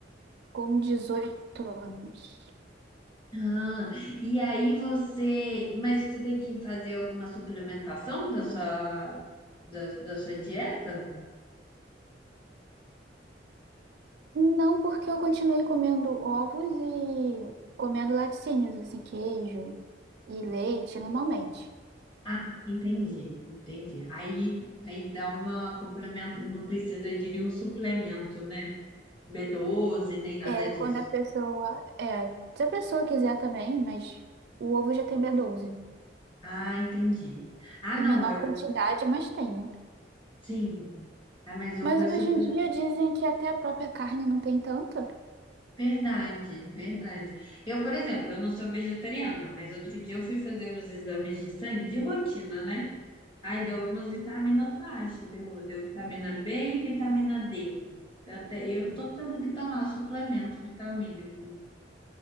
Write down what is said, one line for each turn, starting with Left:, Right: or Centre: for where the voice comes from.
Right: com dezoito anos.
Left: Ah, e aí você, mas você tem que fazer alguma suplementação da sua, da, da sua dieta?
Right: Não, porque eu continuei comendo ovos e comendo laticínios, assim, queijo e leite normalmente.
Left: Ah, entendi, entendi. Aí, aí dá uma complemento, não precisa de nenhum suplemento, né? b doze nem nada
Right: É,
Left: disso.
Right: quando a pessoa. É, se a pessoa quiser também, mas o ovo já tem b doze
Left: Ah, entendi. Ah,
Right: Em
Left: não,
Right: menor
Left: eu,
Right: quantidade, mas tem, né?
Left: sim. Ah, mas ovo
Right: Mas
Left: é
Right: hoje
Left: super.
Right: em dia dizem que até a própria carne não tem tanta.
Left: Verdade, verdade. Eu, por exemplo, eu não sou vegetariana, mas outro dia eu fui fazer os exames de sangue de rotina, né? Aí deu algumas vitaminas baixas, deu, deu vitamina B e vitamina D. Eu, até, eu tô tendo que tomar suplemento vitamínico,